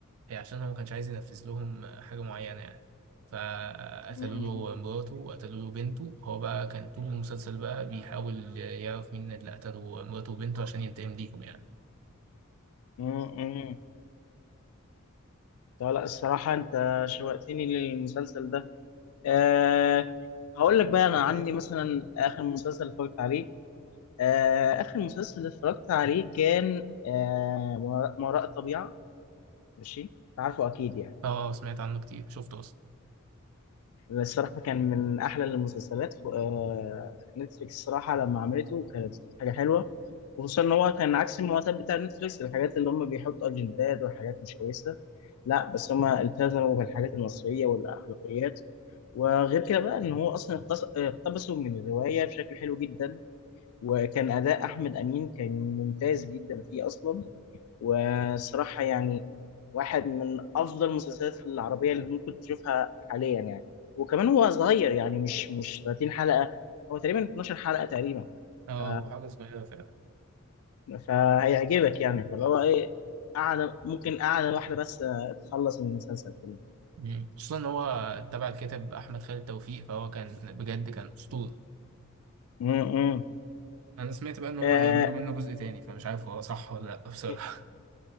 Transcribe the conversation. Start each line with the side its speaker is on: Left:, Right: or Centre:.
Right: آه، عشان هو ما كانش عايز ينفذ لهم آه، حاجه معينه يعني فقتلوا
Left: مم.
Right: له مراته وقتلوا له بنته هو بقى كان طول المسلسل بقى بيحاول يعرف مين اللي قتلوا مراته وبنته عشان ينتقم ليهم يعني
Left: مم. مم. طب لا الصراحه انت شوقتني للمسلسل ده أه هقول لك بقى انا عني مثلا اخر مسلسل اتفرجت عليه أه اخر مسلسل اتفرجت عليه كان أه ما وراء ما وراء الطبيعه ماشي أنت عارفه اكيد يعني
Right: اه آه، سمعت عنه كتير شفته اصلا
Left: الصراحة كان من أحلى المسلسلات ف- آه، نتفليكس الصراحة لما عملته كانت حاجة حلوة وخصوصا إن هو كان عكس المعتاد بتاع نتفليكس الحاجات اللي هم بيحطوا أجندات وحاجات مش كويسة لا بس هم التزموا بالحاجات المصرية والأخلاقيات وغير كده بقى إن هو أصلا اقتص- اقتبسوا من الرواية بشكل حلو جدا وكان أداء أحمد أمين كان ممتاز جدا فيه أصلا وصراحة يعني واحد من أفضل المسلسلات العربية اللي ممكن تشوفها حاليا يعني وكمان هو صغير يعني مش مش 30 حلقة هو تقريبا 12 حلقة تقريبا
Right: اه
Left: ف...
Right: هو حاجه صغيره فعلا
Left: فهيعجبك يعني فاللي هو إيه قاعدة ممكن قاعدة واحدة بس آه، تخلص من المسلسل كله
Right: مم. خصوصا ان هو تبع الكاتب احمد خالد توفيق فهو كان بجد كان اسطوره
Left: امم
Right: انا سمعت بقى ان هم
Left: آه
Right: هيعملوا منه جزء تاني فمش عارف هو صح ولا لا بصراحه
Left: إيه